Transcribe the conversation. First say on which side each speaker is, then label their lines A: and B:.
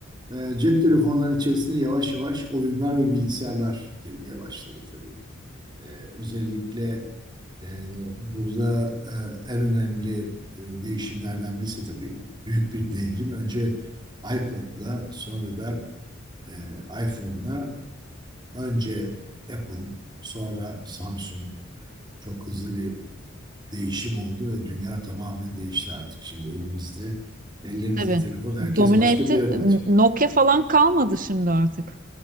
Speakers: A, on the right; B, on the right.
A: e, cep telefonları içerisinde yavaş yavaş oyunlar ve bilgisayarlar girmeye başladı tabii. E, özellikle e, burada e, en önemli e, değişimlerden birisi tabii büyük bir devrim. Önce iPod'la sonra da e, iPhone'la önce Apple sonra Samsung çok hızlı bir değişim oldu ve dünya tamamen değişti artık. Şimdi evimizde, ellerimizde
B: Tabii.
A: telefon, herkes
B: Domine
A: başka
B: etti.
A: bir yerde oturuyor.
B: N- Nokia falan kalmadı şimdi artık.